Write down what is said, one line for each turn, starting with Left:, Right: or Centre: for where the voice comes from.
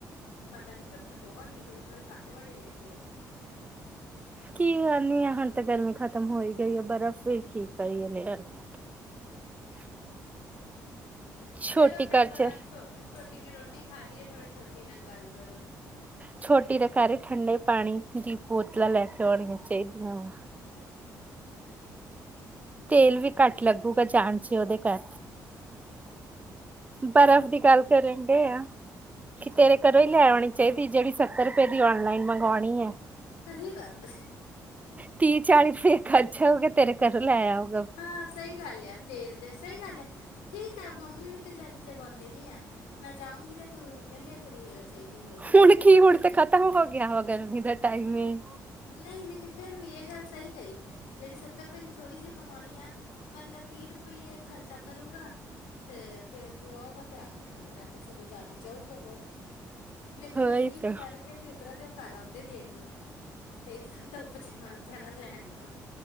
Left: ਪਤਾ ਨੀ ਪਰਚ ਬਹੁਤ ਹੀ ਤੁਸੀਂ ਥੋੜੀ ਕੱਟ ਵਾਲੀ ਵੇਖਲੋ।
Right: ਕੀ ਕਰਨੀ ਆ ਹੁਣ ਤਾਂ ਗਰਮੀ ਖਤਮ ਹੋ ਹੀ ਗਈ ਹੈ ਬਰਫ਼ ਵੀ ਕੀ ਕਰੀ <unintelligible> <inaudible> ਛੋਟੀ
Left: ਚਲੋ ਫੇਰ
Right: ਘਰ
Left: ਥੋੜਾ
Right: ਚ
Left: ਛ ਛੋਟੀ ਨੇ ਰੋਟੀ ਖਾ ਲੀ ਏ ਥੋੜਾ ਛੋਟੀ ਨਾਲ ਗੱਲ ਕਰੋ। <inaudible>
Right: ਛੋਟੀ ਦੇਕਾਰ ਠੰਡੇ ਪਾਣੀ ਦੀ ਬੋਤਲਾਂ ਲੈ ਕੇ ਆਉਣੀਆਂ ਚਾਹੀਦੀਆਂ ਵਾ। ਤੇਲ ਵੀ ਘੱਟ ਲੱਗੂਗਾ ਜਾਣ ਚ ਉਹਦੇ ਘਰ। ਬਰਫ਼ ਦੀ ਗੱਲ ਕਰਨ ਡੇਆ ਕਿ ਤੇਰੇ ਘਰੋਂ ਹੀ ਲੈ ਆਉਣੀ ਚਾਹੀਦੀ ਜਿਹੜੀ ਸੱਤਰ ਰੁਪਏ ਦੀ ਔਨਲਾਈਨ ਮੰਗਵਾਉਣੀ ਹੈ।
Left: ਹਰੇ ਬਾਪ
Right: ਤੀਹ-ਚਾਲੀ ਰੁਪਏ ਖਰਚਾ ਹੋਗੇ ਤੇਰੇ ਘਰੋਂ ਲੈ ਆਓ।
Left: ਹਾਂ ਸਹੀ ਗੱਲ ਆ ਤੇਲ ਚ ਸਹੀ ਗੱਲ ਆ। ਠੀਕ ਆ ਮੰਮੀ ਹੁਣੀ ਤੇ ਜਾਦਾ ਜਗਾਉਂਦੇ ਨੀ ਆ ਮੈਂ ਜਾਊਗੀ ਤੇ ਤੂੰ ਲੈ ਲਿਆ ਕਰੀ ਅਗਰ ਚਾਹੀਦੀ ਹੋਊਗੀ ਤੇ
Right: ਹੁਣ
Left: ਮੈਂ ਜਮਾ
Right: ਕੀ ਹੁਣ
Left: ਦੂੰਗੀ
Right: ਤੇ ਖਤਮ ਹੋ ਗਿਆ ਵਾ ਗਰਮੀ ਦਾ ਟਾਈਮ ਵੀ।
Left: ਨਹੀਂ ਲੇਕਿਨ ਫਿਰ ਵੀ ਇਹ ਗੱਲ ਸਹੀ ਕਹੀ ਜਿਹੜੀ ਸੱਤਰ ਰੁਪਏ ਦੀ ਥੋੜੀ ਜਿਹੀ ਮੰਗਵਾਉਣੀ ਆ ਬੰਦਾ ਤੀਹ ਰੁਪਈਏ ਖਰਚਾ ਕਰੂੰਗਾ ਤੇ ਤੇਰ ਪਆਊਗਾ ਤੇ ਆ ਕੇ ਕਰੋ ਡ ਕੇ ਸਗੋਂ ਜਾਦੀ ਜਾਊਗਾ ਹੋਰ। ਲੇਕਿਨ
Right: ਹੋਈ
Left: ਇਹੀ
Right: ਤਾਂ
Left: ਫਰਕ ਹੈ ਕਿ ਉਤਰਾ ਦੇ ਉਹ ਕਰ ਆਉਂਦੇ ਦੇਣ ਨੂੰ। ਤੇ ਇਤਨਾ ਧੁੱਪ 'ਚ ਹੋਣਾ ਪੈਣਾ ਲੈਣ ਨੂੰ